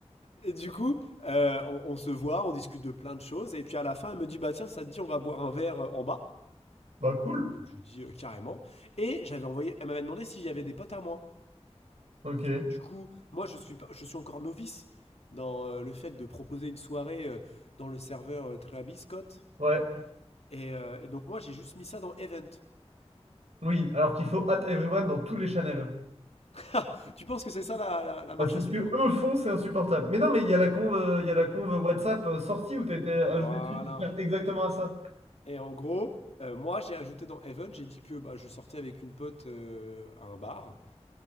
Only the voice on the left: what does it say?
Et du coup, euh, on, on se voit, on discute de plein de choses. Et puis à la fin, elle me dit Bah tiens, ça te dit, on va boire un verre euh, en bas.
Donc je lui dis euh, carrément. Et j'avais envoyé, elle m'avait demandé s'il y avait des potes à moi.
Du coup, moi je suis, pas- je suis encore novice dans euh, le fait de proposer une soirée euh, dans le serveur euh, Travis Scott.
Et, euh, et donc moi j'ai juste mis ça dans Event.
<laughs> tu penses que c'est ça la, la- la marche
à
suivre
Voilà.
Et en gros, euh, moi, j'ai ajouté dans Heaven, j'ai dit que bah, je sortais avec une pote euh, à un bar.